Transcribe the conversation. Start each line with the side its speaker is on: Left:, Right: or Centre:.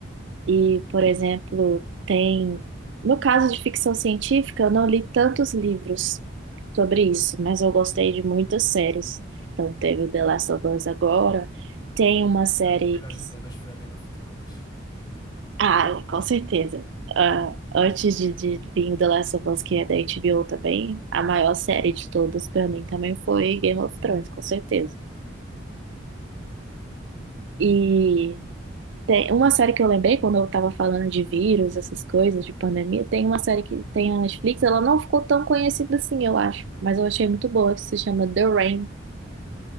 Right: e, por exemplo, tem... No caso de ficção científica, eu não li tantos livros sobre isso, mas eu gostei de muitas séries. Então, teve o The Last of Us agora, tem uma série
Left: Pra mim, a melhor
Right: que
Left: de todas foi a Game of Thrones.
Right: Ah, é, com certeza. Ah, antes de, de vir o The Last of Us, que é da HBO também, a maior série de todas pra mim também foi Game of Thrones, com certeza. E tem uma série que eu lembrei quando eu tava falando de vírus, essas coisas, de pandemia, tem uma série que tem na Netflix, ela não ficou tão conhecida assim, eu acho, mas eu achei muito boa, que se chama The Rain,